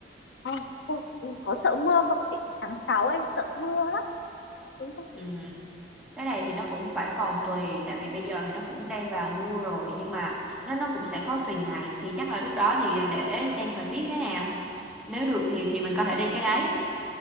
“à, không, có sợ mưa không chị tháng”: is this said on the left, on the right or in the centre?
Left